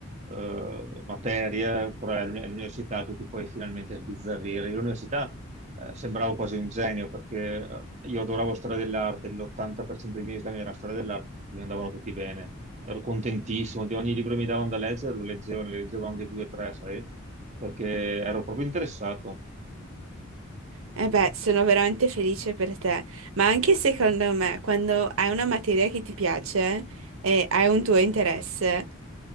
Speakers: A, on the right (about 35°); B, on the right (about 80°).
A: eh, materia, però è l'uni- è l'università che ti puoi finalmente sbizzarrire. Io L'università eh, sembravo quasi un genio, perché eh, io adoravo storia dell'arte, l'80% dei miei esami era storia dell'arte, mi andavano tutti bene. Ero contentissimo di ogni libro che mi davano da leggere, lo leggevo, ne leggevo anche due o tre, sai, perché ero proprio interessato.
B: E beh, sono veramente felice per te, ma anche secondo me, quando hai una materia che ti piace e hai un tuo interesse,